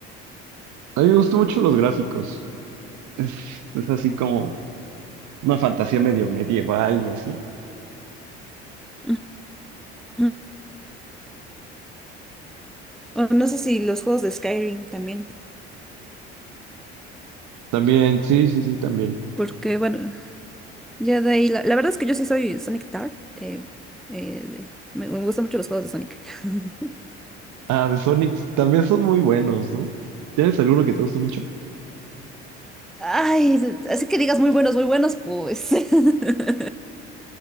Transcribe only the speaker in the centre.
Ujú. <laughs> O no sé si los juegos de Skyrim también.
Porque, bueno, ya de ahí... La, la verdad es que yo sí soy Sonic Tart. eh, eh, de- me, me gustan mucho los juegos de Sonic. <laughs>
Ay, así que digas muy buenos, muy buenos, pues. <laughs>